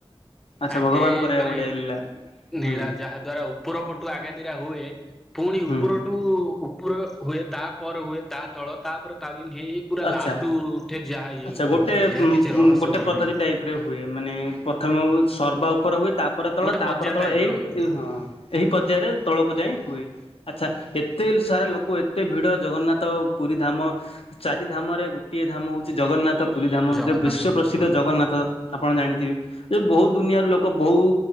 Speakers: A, on the left; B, in the centre.
A: ଆଚ୍ଛା
B: ତାଙ୍କେ
A: ଭଗବାନଙ୍କର ଏହା
B: ମାନେ
A: ଗୋଟେ ଲୀଳା
B: ନୀଳା
A: ହୁଁ
B: ଯାହା ଦ୍ଵାରା ଉପର ପଟୁ ଆଗାତିରା ହୁଏ। ଫୁଣି
A: ହୁଁ
B: ଉପର ଠୁ ଉପର ହୁଏ, ତା ପରେ ହୁଏ ତା ତଳ ତା ପରେ ତା ବିନ ହେଇ ହେଇ ପୁରା
A: ଆଚ୍ଛା
B: ଲାଷ୍ଟ କୁ ଉଠେ। ଯାହା ଇଏ
A: ଆଚ୍ଛା ଗୋଟେ
B: ହୁଏ ଏହା
A: ଉଁ
B: କିଛି ରହସ୍ୟମୟ
A: ଉଁ ଗୋଟେ ପଦ୍ଧତି
B: ନାହିଁ
A: ଟାଇପ ରେ ହୁଏ। ମାନେ ପ୍ରଥମେ ଉ ସର୍ବା ଉପର ହୁଏ ତା ପରେ ତଳ
B: ଗୋଟେ
A: ତା
B: ପର୍ଯ୍ୟା
A: ପରେ ତଳ
B: ଟାଇପ
A: ଏଇ
B: ର ହୋଇଥାଏ।
A: ଏହି ପର୍ଯ୍ୟାୟରେ ତଳକୁ ଯାଇଁ ହୁଏ। ଆ ଚ୍ଛା, ଏତେ ସାରା ଲୋକ ଏତେ ଭିଡ ଜଗନ୍ନାଥ ପୁରୀ ଧାମ ଚାରି ଧାମରେ ଗୋଟିଏ ଧାମ ହଉ ଚି ଜଗନ୍ନାଥ ପୁରୀ ଧାମ।
B: ଜଗନ୍ନାଥ
A: ଯୋଉ ବିଶ୍ଵ
B: ମହାପ୍ରଭୁ
A: ପ୍ରସିଦ୍ଧ ଜଗନ୍ନାଥ। ଆପଣ ଜାଣିଥିବେ ଯେ ବହୁତ ଦୁନିଆର ଲୋକ ବହୁ